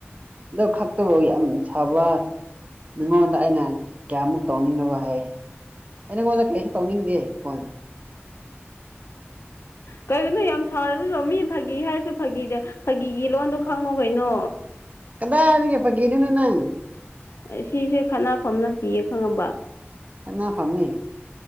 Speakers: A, on the right (about 35°); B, on the left (about 70°).
A: ꯑꯗꯨꯣ ꯈꯛꯇꯕ ꯌꯥꯝ ꯁꯥꯎꯕ ꯅꯪꯉꯣꯟꯗ ꯑꯩꯅ ꯀꯌꯥꯃꯨꯛ ꯇꯧꯅꯤꯡꯗꯕ ꯍꯥꯏ ꯑꯩ ꯅꯉꯣꯟꯗ ꯀꯩꯁꯨ ꯇꯧꯅꯤꯡꯗꯦ ꯐꯣꯟ
B: ꯀꯩꯒꯤꯅꯣ ꯌꯥꯝ ꯁꯥꯥꯎꯔꯤꯗꯨꯕꯣ ꯃꯤ ꯐꯥꯒꯤ ꯍꯥꯏꯔꯁꯨ ꯐꯥꯒꯤ ꯐꯥꯒꯤꯒꯤ ꯂꯣꯟꯗꯣ ꯈꯪꯉꯣ ꯀꯩꯅꯣ
A: ꯀꯗꯥꯏꯗꯒꯤ ꯐꯒꯤꯔꯤꯅꯣ ꯅꯪ
B: ꯑꯁꯤꯁꯦ ꯈꯠꯅꯐꯝ ꯅꯠꯇꯦꯌꯦ ꯈꯪꯉꯕ
A: ꯈꯠꯅꯐꯝꯅꯤ